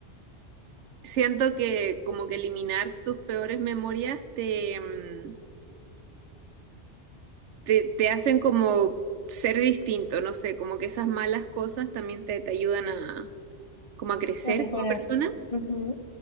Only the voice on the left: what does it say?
A mejorar.
Ujú.